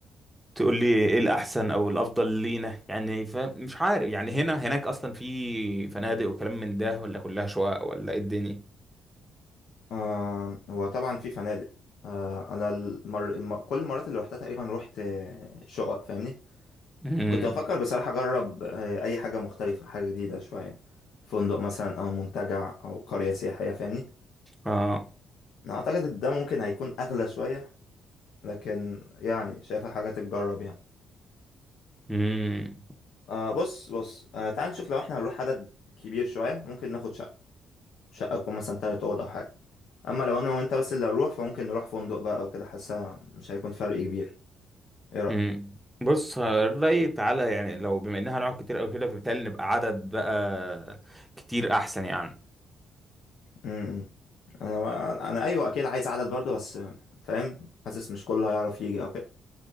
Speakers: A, in the centre; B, on the left.
A: تقول لي إيه الأحسن أو الأفضل لينا يعني فمش عارف يعني هنا هناك أصلا في فنادق وكلام من ده ولا كلها شقق ولا إيه الدنيا
B: آه هو طبعا في فنادق آه أنا المر... الم... كل المرات اللي روحتها تقريبا روحت آه، شقق فاهمني
A: مم.
B: كنت بفكر بصراحة أجرب آه، أي حاجة مختلفة حاجة جديدة شوية فندق مثلا أو منتجع أو قرية سياحية فاهمني
A: آه
B: أنا أعتقد إن ده ممكن هيكون أغلى شوية لكن يعني شايفها حاجة تتجرب يعني
A: مم.
B: آه بص بص آه تعال نشوف لو إحنا هنروح عدد كبير شوية ممكن ناخد شقة شقة تكون مثلا تلات أوض أو حاجة أما لو أنا وأنت بس اللي هنروح فممكن نروح فندق بقى أو كده حاسة مش هيكون فرق كبير إيه رأيك؟
A: مم. بص الرأي تعالى يعني لو بما إنها هنقعد كتير أو كده فبالتالي نبقى عدد بقى كتير أحسن يعني
B: م-م. أنا أنا أيوه أكيد عايز عدد برضه بس آه، فاهم حاسس مش كله هيعرف يجي أو كده